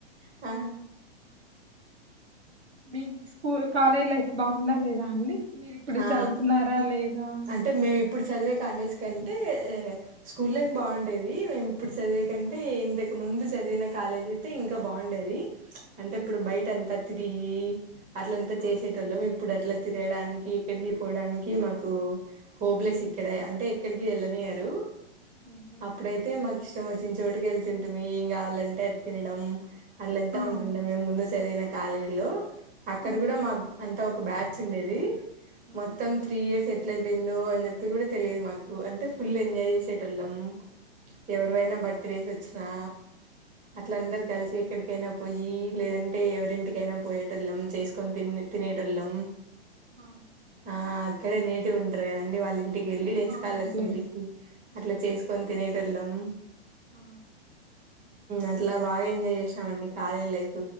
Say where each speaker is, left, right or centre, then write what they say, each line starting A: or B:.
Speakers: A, on the right; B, on the right.
A: ఆ
B: మీ స్కూ కాలేజ్ లైఫ్ బాగుందా లేదా అండి మీరిప్పుడు
A: ఆ
B: చదువుతున్నారా లేదా
A: అంటే మేము ఇప్పుడు చదివే కాలేజ్ కంటే స్కూల్ బాగుండేది మేము ఇప్పుడు చదివే కంటే ఇంద ఇక ముందు చదివిన కాలేజీ అయితే ఇంకా బాగుండది అంటే
B: ఉమ్.
A: ఇప్పుడు బయట అంతా తిరిగి అట్లంతా
B: ఆ
A: చేసేట వాళ్ళం ఇప్పుడు అట్లా తిరగాడానికి ఎక్కడికి పోవడానికి మాకు హోప్లెస్ ఇక్కడ అంటే ఎక్కడికి వెళ్ళనియ్యారు
B: ఆహా
A: అప్పుడైతే మాకు ఇష్టం వచ్చి చోటుకి వెళ్ తంటుమి ఏం కావాలంటే తినడం అట్ల ఎంత
B: ఆ
A: ఉంటుండ మేము ముందు చదివిన కాలే హలో అక్కడ
B: ఉహు
A: కూడా మాకు అంత ఒక బ్యాచ్ ఉండేది
B: ఉమ్.
A: మొత్తం త్రీ ఇయర్స్ ఎట్ల అయిపోయిందో అని చెప్పి కూడా తెలియదు మాకు అంటే ఫుల్ ఎంజాయ్ చేసేటోళ్ళం ఎవరువైనా
B: ఆ
A: బర్త్ డేస్ వచ్చినా
B: అవునులేండి
A: అట్లందరు కలిసి ఎక్కడికైనా పోయి లేదంటే ఎవరింటికైనా పోయేట వాళ్ళం చేసుకొని త తినేట వాళ్ళం
B: ఆ
A: ఆ అక్కడే నేటి ఉంటారు కదండి వాళ్ళ ఇంటికి వెళ్లిి డే
B: అవునవునులేండి
A: స్కాలర్స్ ఇంటికి
B: ఆ
A: అట్లా
B: అవును
A: చేసుకొని తినే తినడం
B: ఆ
A: అట్లా బాగా ఎంజాయ్ చేసామ అండి కాలేజ్ లైఫ్